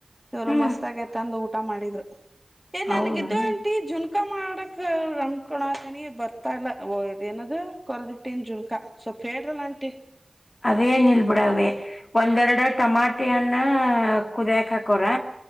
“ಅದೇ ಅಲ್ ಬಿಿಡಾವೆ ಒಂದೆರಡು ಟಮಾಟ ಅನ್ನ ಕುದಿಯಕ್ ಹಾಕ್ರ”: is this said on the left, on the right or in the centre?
Left